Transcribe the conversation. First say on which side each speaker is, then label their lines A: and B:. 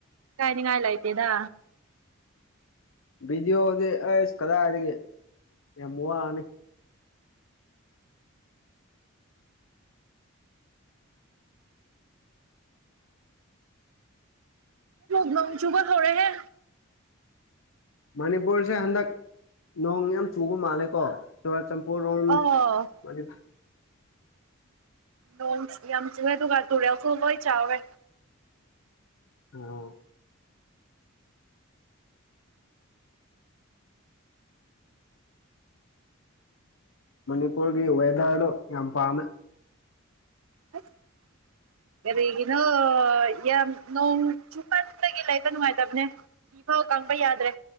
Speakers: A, on the right; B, on the left.
A: ꯀꯥꯏꯅꯤꯉꯥꯏ ꯂꯥꯏꯇꯦꯗ
B: ꯕꯤꯗꯤꯑꯣꯗꯤ ꯑꯩꯁ ꯀꯗꯥꯏꯒꯦ ꯌꯥꯝ ꯋꯥꯅꯤ
A: ꯅ‌ꯣꯡ ꯆꯨꯒꯗ‌ꯣꯔꯦꯍ‌ꯦ
B: ꯃꯅꯤꯄꯨꯔꯁꯦ ꯍꯟꯗꯛ ꯅꯣꯡ ꯌꯥꯝ ꯆꯨꯕ ꯃꯥꯜꯂꯦꯀꯣ ꯄꯣꯔꯣꯟ
A: ꯑꯣ
B: ꯃꯅꯤ
A: ꯅꯣꯡ ꯌꯥꯝ ꯆꯤꯡꯉꯦ ꯑꯗꯨꯒ ꯇꯨꯔꯦꯜꯁꯨ ꯂꯣꯏ ꯆꯥꯎꯔꯦ
B: ꯑ‌ꯣ ꯃꯅꯤꯄꯨꯔꯒꯤ ꯋꯦꯗꯥꯔꯗꯨꯣ ꯌꯥꯝ ꯄꯥꯝꯃꯦ
A: <unintelligible> ꯀꯔꯤꯒꯤꯅꯣ ꯌꯥꯝ ꯅꯣꯡ ꯆꯨꯄꯟꯗꯒꯤ ꯂꯩꯕ ꯅꯨꯡꯉꯥꯏꯇꯕꯅꯦ ꯐꯤꯐꯥꯎ ꯇꯄ ꯌꯥꯗ꯭ꯔꯦ